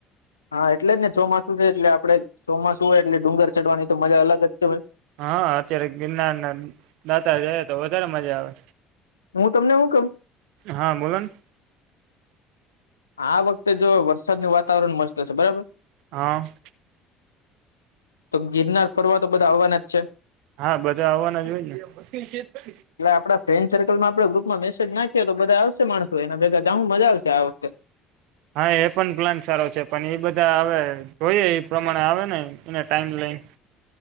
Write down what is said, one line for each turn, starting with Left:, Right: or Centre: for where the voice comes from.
Left: હા એટલે જ ને ચોમાસું છે એટલે આપડે ચોમાસું હોય એટલે ડુંગર ચડવાની તો મજા અલગ જ છે હોય
Right: હા અત્યારે ગિરનાર ના દાતા જાય તો વધારે મજા આવે
Left: હું તમને હું કવ
Right: હા બોલો ને
Left: આ વખતે જો વરસાદનું વાતાવરણ મસ્તશે બરાબર?
Right: હ.
Left: તો ગિરનાર ફરવા તો બધા આવવાના જ છે.
Right: હા બધા આવવાના જો હોય ને.
Left: એટલે આપડા ફ્રેન્ડ સર્કલમાં આપણે ગ્રુપમાં મેસેજ નાખીએ તો બધા આવશે માણસો એના ભેગા જાહુ હું મજા આવશે આ વખતે.
Right: હા એ પણ પ્લાન સારો છે પણ એ બધા હવે જોઈએ એ પ્રમાણે આવે ને એને ટાઈમ લઈ.